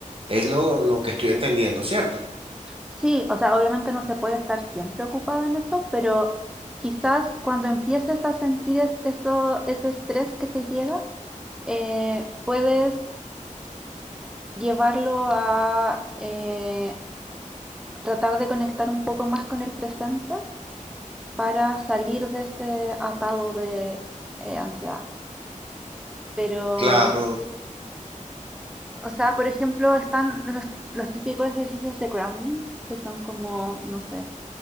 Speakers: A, on the right; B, in the centre.
A: Es lo, lo que estoy entendiendo, ¿cierto?
B: Sí, o sea, obviamente no se puede estar siempre ocupado en eso, pero quizás cuando empieces a sentir es- eso, ese estrés que te llega, eh, puedes llevarlo a, eh, tratar de conectar un poco más con el presente para salir de ese atado de eh, ansiedad. Pero,
A: Claro,
B: o sea, por ejemplo, están los, los típicos ejercicios de grounding, que son como, no sé,